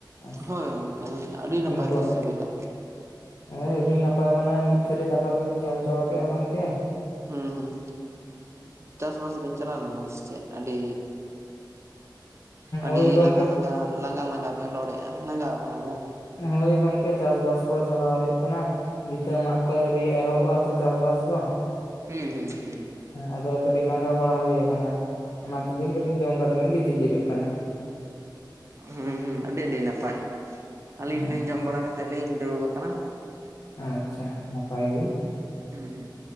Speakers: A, on the left (about 60°); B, on the right (about 35°).
A: ᱟᱪᱪᱷᱟ
B: ᱦᱳᱭ ᱜᱚᱝᱠᱮ ᱟᱹᱰᱤ
A: <unintelligible>
B: ᱱᱟᱯᱟᱭ
A: ᱩᱱᱠᱩ
B: ᱠᱚ ᱥᱤᱵᱤᱞᱟ
A: ᱱᱚᱜᱭ <unintelligible> ᱟᱹᱰᱤ ᱱᱟᱯᱟᱭ ᱢᱟᱱᱮ ᱢᱤᱫ ᱛᱷᱟᱹᱨᱤ ᱫᱟᱠᱟ ᱞᱤᱧ ᱡᱚᱢ ᱪᱟᱵᱟ ᱠᱮᱫᱼᱟ ᱜᱚᱝᱠᱮ᱾
B: ᱦᱩᱸ ᱦᱩᱸ, ᱪᱟᱥ ᱵᱟᱥ ᱵᱮᱱ ᱪᱟᱞᱟᱣ ᱞᱮᱱᱟ᱾ ᱥᱮ ᱟᱹᱰᱤ ᱟᱹᱰᱤ
A: ᱦᱳᱭ ᱜᱚᱝᱠᱮ
B: ᱞᱟᱸᱜᱟ - ᱞᱟᱸᱜᱟ, ᱞᱟᱸᱜᱟ - ᱞᱟᱸᱜᱟ ᱵᱮᱱ ᱨᱚᱲᱮᱫᱼᱟ᱾ ᱞᱟᱸᱜᱟᱣ ᱟᱠᱟᱱᱟ ᱵᱮᱱ?
A: ᱦᱳᱭ ᱜᱚᱝᱠᱮ, ᱪᱟᱥ ᱵᱟᱥ ᱠᱚ ᱪᱟᱞᱟᱣ ᱦᱩᱭᱩᱜ ᱠᱟᱱᱟ ᱾ ᱵᱷᱽᱤᱛᱟᱹ ᱢᱟᱜ ᱠᱚ ᱟᱹᱣᱨᱤ ᱮᱦᱚᱵᱚᱜᱼᱟ ᱛᱚ ᱪᱟᱥ ᱵᱟᱥ ᱫᱚ᱾
B: ᱦᱩᱸ ᱦᱩᱸ ᱦᱩᱸ
A: ᱟᱫᱚ ᱠᱟᱹᱴᱤᱡ ᱞᱟᱸᱜᱟ ᱵᱟᱲᱟ ᱦᱩᱭ ᱠᱟᱱᱟ ᱾ ᱚᱱᱟ
B: ᱦᱩᱸ
A: ᱛᱮᱞᱤᱧ ᱠᱟᱹᱴᱤᱡ ᱡᱚᱢ ᱠᱟᱛᱮ ᱞᱤᱧ ᱜᱤᱛᱤᱡ ᱡᱤᱨᱟᱹᱜ ᱠᱟᱱᱟ᱾
B: ᱦᱮᱸ <unintelligible> ᱦᱩᱸ ᱟᱹᱰᱤ ᱟᱹᱰᱤ ᱱᱟᱯᱟᱭ ᱟᱹᱞᱤᱧ
A: ᱦᱮᱸ
B: ᱦᱚᱸᱞᱤᱧ ᱡᱚᱢ ᱵᱟᱲᱟ ᱠᱟᱛᱮᱫ ᱞᱤᱧ ᱫᱩᱲᱩᱵ ᱟᱠᱟᱱᱟ᱾
A: ᱟᱪᱪᱷᱟ ᱱᱟᱯᱟᱭ ᱜᱮ᱾
B: ᱦᱩᱸ ᱦᱩᱸ